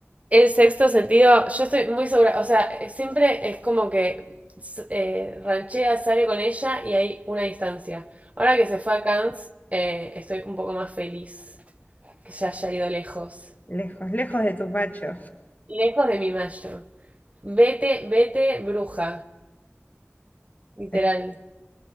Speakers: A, on the right; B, on the left.
A: El sexto sentido, yo estoy muy segura, o sea, siempre es como que s- eh, ranchea, sale con ella y hay una distancia. Ahora que se fue a Cannes, eh, estoy un poco más feliz que ya haya ido lejos.
B: Lejos, lejos de tu pacho.
A: Lejos de mi macho. Vete, vete, bruja, literal.
B: Sí.